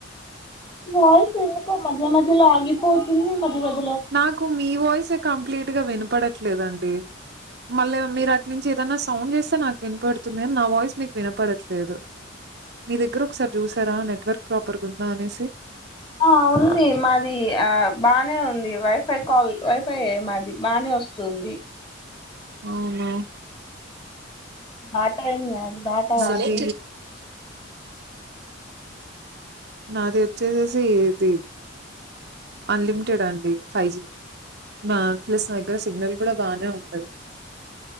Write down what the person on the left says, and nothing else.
వాయిస్ ఎందుకో మధ్య మధ్యల ఆగిపోతుంది మధ్య మద్
ఆ ఉంది మాది ఆ బానే ఉంది వైఫై కాల్ వైఫై ఎ మాది బానే వస్తుంది
ఆట ఏం కాదు డాటా
కాదు